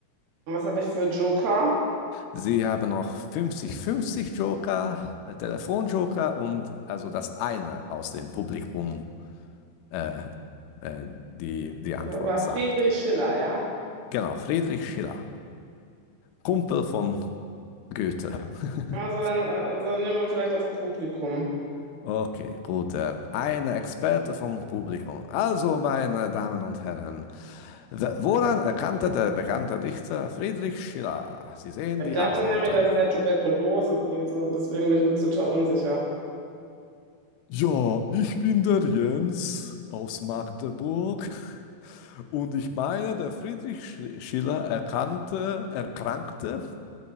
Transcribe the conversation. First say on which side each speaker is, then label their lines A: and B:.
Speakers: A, on the right; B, on the left.
A: Was habe ich für Joker?
B: Sie haben noch 50-50 Joker, äh, Telefonjoker und also das eine aus dem Publikum, äh, äh, die die Antwort
A: Das war
B: sagt.
A: Friedrich Schiller, ja.
B: Genau, Friedrich Schiller, Kumpel von Goethe. <laughs>
A: Also dann äh, so nehmen wir vielleicht das Publikum.
B: Okay, gut. äh, Eine Experte vom Publikum. Also, meine Damen und Herren, w- woran erkannte der bekannte Dichter Friedrich Schiller? Sie sehen
A: Ich
B: die
A: dachte
B: Antworten.
A: nämlich, das wäre Tuberkulose gewesen und deswegen bin ich mir total unsicher.
B: Ja, ich bin der Jens aus Magdeburg <laughs> und ich meine, der Friedrich Sch- Schiller erkannte, erkrankte